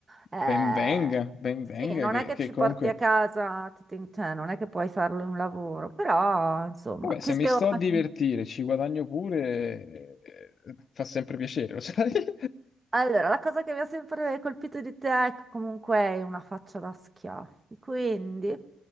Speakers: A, on the right (about 25°); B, on the left (about 50°).
A: eh,
B: Ben venga, ben venga,
A: sì, non
B: che
A: è che
B: che
A: ci
B: comunque...
A: porti a casa, ti ten- cioè, non è che puoi farlo in un lavoro, però insomma,
B: Vabbè, se
A: ti spiego.
B: mi sto
A: un
B: a divertire,
A: attimo.
B: ci guadagno pure, eh, fa sempre piacere, lo sai? <laughs>
A: Allora, la cosa che mi ha sempre colpito di te è che comunque hai una faccia da schiaffi, quindi